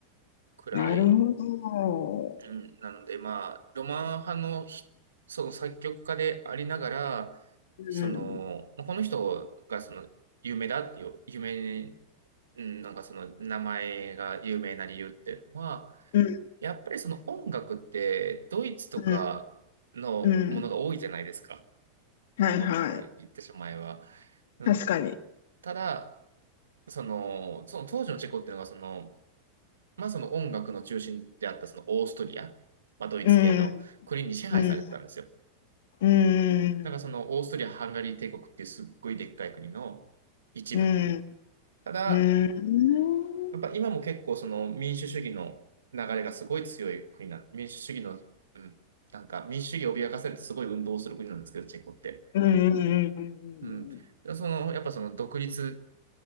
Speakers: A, on the right; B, on the left.
A: くらい、
B: なるほど。
A: うん、なので、まあ、ロマン派のひその作曲家でありながら、
B: うん。
A: その、まあこの人がその有名だっていう、有名うん、なんかその名前が有名な理由っていうのは、
B: うん、
A: やっぱりその音楽ってドイツとかのものが多いじゃないですか。
B: うん、うん。はい、
A: ああの言ってしまえば。
B: はい。
A: うん、
B: 確かに。
A: ただ、その、その当時のチェコっていうのがその、まあその音楽の中心であったそのオーストリア、まあドイツ系の国に支配されてたんですよ。
B: うん、うん、うん、
A: なんかそのオーストリア・ハンガリー帝国っていうすっごいでっかい国の一部。
B: うん、
A: ただ、
B: うん、うん、
A: やっぱ今も結構その民主主義の流れがすごい強い国な、民主主義の、うん、なんか民主主義を脅かされてすごい運動をする国なんですけど、チェコって。
B: うん、うんうんうんうん。
A: うん。その、やっぱその独立